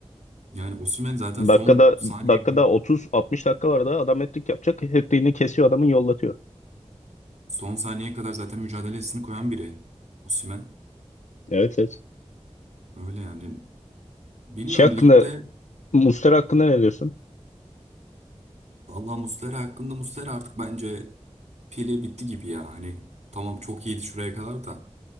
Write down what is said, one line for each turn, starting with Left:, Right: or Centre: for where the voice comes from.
Right: Yani Osimhen zaten
Left: Dakikada
Right: son saniye
Left: dakikada 30-60 dakika var da adam hat-trick yapacak. Hat-trick'ini kesiyor adamın yollatıyor.
Right: son saniyeye kadar zaten mücadelesini koyan biri. Osimhen.
Left: Evet evet.
Right: Öyle yani. Bilmiyorum
Left: Şey hakkında
Right: ligde
Left: Muslera hakkında ne diyorsun?
Right: vallahi Muslera hakkında Muslera artık bence pili bitti gibi ya. Hani tamam çok iyiydi şuraya kadar da.